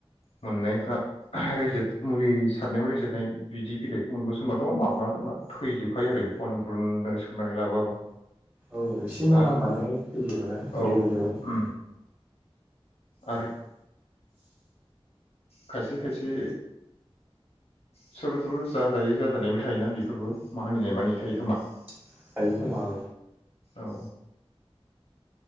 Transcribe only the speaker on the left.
मोननायफ्रा रेजेट मुलि सारनायाव रेजेटनाय बिदि बिलाइखौ मोनबोस'नबाथ' माब्लाबा थैजोबखायो आरो एम्फौयानो ब्रुुननो सोंनानै लाबोआबा।
दा
औ
उम आरो खायसे खायसे सोरबा सोरबा जाजायै जाजानायबो थायोना बेफोरबो मानिनाय मानियि
थायो खोमा।
ओम
औ